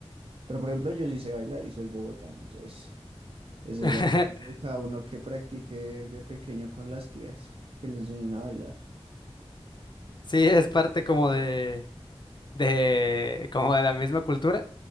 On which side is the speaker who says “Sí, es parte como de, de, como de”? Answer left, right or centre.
Left